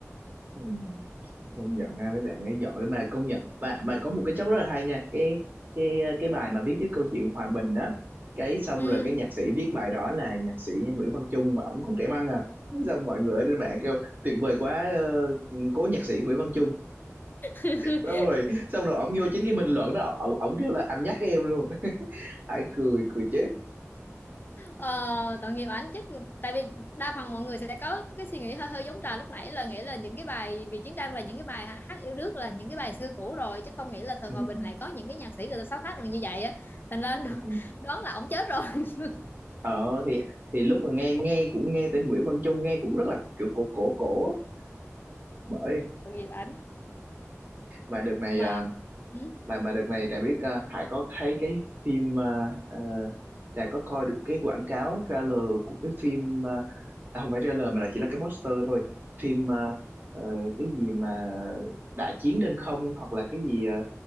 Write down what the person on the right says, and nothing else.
ừ. công nhận ha mấy bạn ấy giỏi mà công nhận mà mà có một cái job rất là hay nha cái cái cái bài mà viết tiếp câu chuyện hòa bình đó cái xong
rồi cái nhạc sĩ viết bài đó là nhạc sĩ Nguyễn Văn Chung mà ổng còn trẻ măng à xong mọi người ở trên mạng kêu tuyệt vời quá ờ, cố nhạc sĩ Nguyễn Văn Chung
xong rồi xong rồi ổng vô chính cái bình luận đó ổng ổng kêu là anh nhắc em luôn <laughs> hãy cười cười chết
ừ.
ừ.
ờ thì thì lúc mà nghe nghe cũng nghe tên Nguyễn Văn Chung nghe cũng rất là kiểu cổ cổ cổ bởi
mà đợt này
à,
mà mà đợt này Trà biết ờ, Hải có thấy cái phim ờ, ờ, Trà có coi được cái quảng cáo trailer của cái phim ờ, à, không phải trailer mà là chỉ là cái poster thôi phim ờ, ờ, cái gì mà đại chiến trên không hoặc là cái gì ờ,